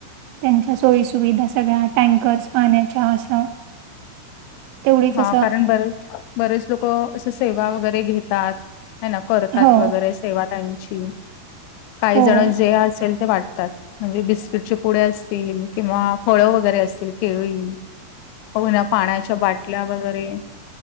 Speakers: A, on the right (about 85°); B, on the left (about 85°).
A: त्यांच्या सोयी सुुविधा सगळ्या टँकर्स पाण्याच्या असं.. तेवढीच
B: हां
A: असं
B: कारण बरेच बरेच लोकं असं सेवा वगैरे घेतात. हा ना करतात.
A: हो
B: वगैरे सेवा त्याची काही
A: हो
B: जण
A: हो
B: जे असेल. ते वाटतात. म्हणजे बिस्किटचे पुडे असतील किंवा फळ वगैरे असतील. केळी, हो ना, पाण्याच्या बाटल्या वगैरे.